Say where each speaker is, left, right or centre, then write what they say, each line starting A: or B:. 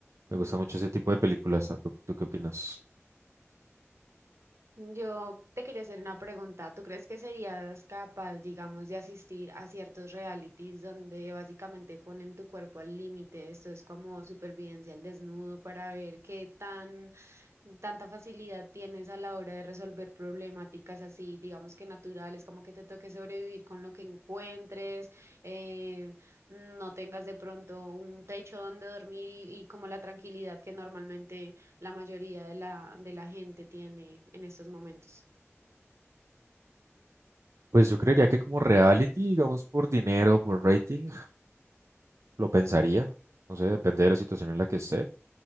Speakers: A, on the right; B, on the right.
A: me gusta mucho ese tipo de películas. ¿no? ¿Tú, tú qué opinas?
B: Yo te quería hacer una pregunta. ¿Tú crees que serías capaz, digamos, de asistir a ciertos realities donde básicamente ponen tu cuerpo al límite? Esto es como supervivencia al desnudo para ver qué tan tanta facilidad tienes a la hora de resolver problemáticas así, digamos que naturales, como que te toque sobrevivir con lo que encuentres, eh, no tengas de pronto un techo donde dormir y, y como la tranquilidad que normalmente la mayoría de la, de la gente tiene en estos momentos.
A: Pues yo creería que como reality, digamos, por dinero, por rating, lo pensaría. No sé, depende de la situación en la que esté.